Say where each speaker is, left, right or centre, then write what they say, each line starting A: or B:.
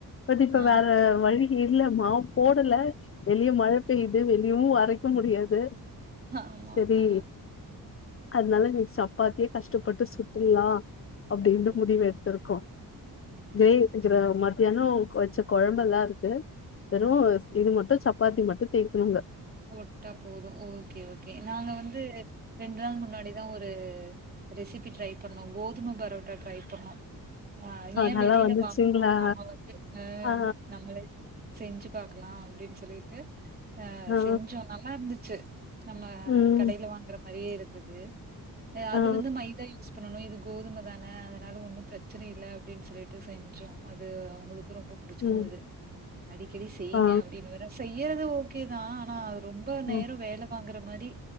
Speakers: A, on the left; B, on the right.
A: பட் இப்ப
B: ஆ
A: வேற வழி இல்ல மாவு போடல வெளிய மழை பெய்யுது வெளியவு அரைக்க முடியாது
B: ஆமா
A: செரி
B: ஆ
A: அதுனால இன்னைக்கு சப்பாத்தியே கஷ்டப்பட்டு சுட்டுர்லா அப்டின்ட்டு
B: ம்
A: முடிவு எடுத்திருக்கோ
B: ம்
A: <unintelligible>
B: சரி
A: மதியனோ வச்ச குழம்பெல்லா இருக்கு வெறு இது மட்டு சப்பாத்தி மட்டு தேய்க்கணும்ங்க
B: போட்ட போது ஓகே ஓகே நாங்க வந்து ரெண்டு நாள் முன்னாடிதா ஒரு ரெசிபி ட்ரை பண்ணோ கோதும பரோட்டா ட்ரை பண்ணோ ஆ ஏ
A: நல்லா
B: வெளில
A: வந்துச்சுங்களா
B: வாங்கணு நம்ம வந்து அ
A: ஆ
B: நம்மலே செஞ்சு பாக்கலா அப்டின்னு சொல்லிட்டு அ
A: ஆ
B: செஞ்சோ நல்லா இருந்துச்சு நம்ம
A: ம்
B: கடையில வாங்கற மாரியே இருந்துது அது
A: ஆ
B: வந்து மைதா யூஸ் ஸ் பண்ணனும் இது கோதுமதான அதனால ஒன்னும் பிரச்சன இல்ல அப்படின்னு சொல்லிட்டு செஞ்சோம் அது அவுங்களுக்கு ரொம்ப புடிச்சிருந்தது
A: ம்
B: அடிக்கடி செய்யுங்க
A: ஆ
B: அப்படின்னு வேற செய்யறது ஓகே தான் ஆனா அது ரொம்ப ரொம்ப நேரம்
A: ம்
B: வேல வாங்குற மாரி